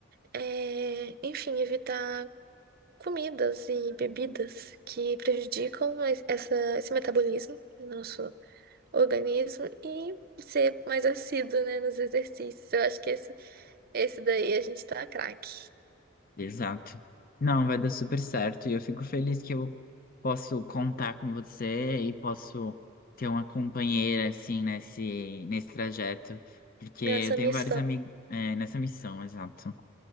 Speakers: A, on the right; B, on the left.
A: é, enfim, evitar comidas e bebidas que prejudicam es- essa, esse metabolismo do nosso organismo e ser mais assíduo, né, nos exercícios. Eu acho que esse, esse daí a gente tá craque
B: Exato. Não, vai dar super certo. E eu fico feliz que eu posso contar com você e posso ter uma companheira, assim, nesse, nesse trajeto. Porque eu
A: nessa
B: tenho
A: missão.
B: vários amigos, nessa missão, exato.